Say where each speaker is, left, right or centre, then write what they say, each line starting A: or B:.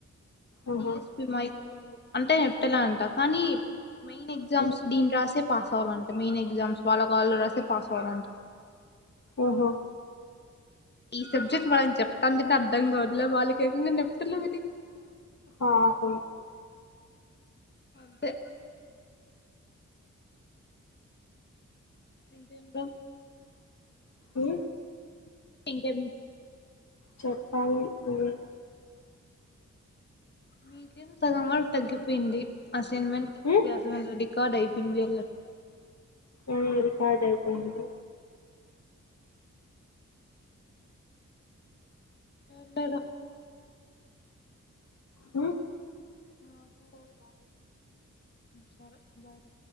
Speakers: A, on the left; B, on the left.
A: ఆహా
B: డిఎస్పి మాహ అంటే ఎ అంత కానీ మెయిన్ ఎగ్జామ్స్
A: ఉమ్,
B: నిను రాసె పాస్ అవ్వాలంటే మెయిన్ ఎగ్జామ్స్ వాళ్ళ కాళ్ళు రరాసే పాస్ అవ్వాలంట
A: ఓహ్
B: ఈ సబ్జెక్ట్ మళ్నకి చెప్తా అంటేనే అర్థం కావట్లే వాళ్ళకి ఏకంగా నప్తిన
A: ఆ అద
B: అంతే ఇంకా
A: ఏ
B: ఇంకా
A: చెప్పాల న్వ్
B: మీకేం సగం వళ తగ్గిపోయింది అసైన్మెట్
A: ఉమ్
B: రికార్డు అయిపోయింది
A: ఆ రికార్డు అయిపోయేది
B: అంటార
A: మ్
B: అసుకో సరే బాయ్